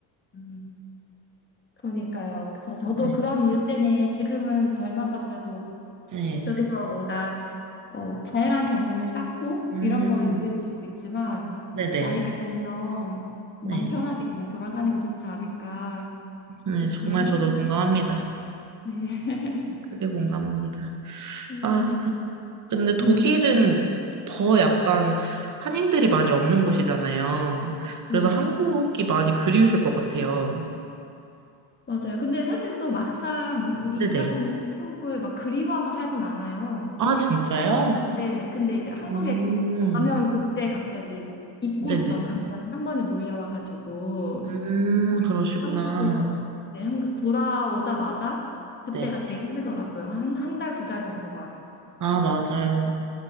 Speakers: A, on the left; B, on the right.
A: 음, 그러니까요. 그래서 저도
B: 네.
A: 그런 이유 때문에 지금은 젊어서 그래도
B: 네.
A: 여기서 뭔가 어, 다양한 경험을 쌓고
B: 음.
A: 이런 거에 의의를 두고 있지만
B: 네네.
A: 나이가 들면 마음
B: 네.
A: 편하게 그냥 돌아가는 게 좋지 않을까
B: 네,
A: 그래서
B: 정말
A: 그런 생각이
B: 저도 공감합니다.
A: 있- 네.
B: 크게 공감합니다.
A: <laughs> 음,
B: 아, 그- 근데
A: <clears throat>
B: 독일은 더 약간 한인들이 많이 없는 곳이잖아요.
A: 그렇죠.
B: 그래서 한국이 많이 그리우실 것 같아요.
A: 맞아요. 근데 사실 또 막상 여기
B: 네네.
A: 있다 보면 한국을 막 그리워하면 살진 않아요.
B: 아, 진짜요?
A: 네. 근데 이제 한국에
B: 음,
A: 가면 그때 갑자기 잊고
B: 네네.
A: 있던 감정이 한 번에 몰려와가지고
B: 음,
A: 어,
B: 그러시구나.
A: 한국에서 네, 한국에서 돌아오자마자 그때가
B: 네.
A: 제일 힘들더라고요. 한 한 달, 두 달 정도 막.
B: 아, 맞아요.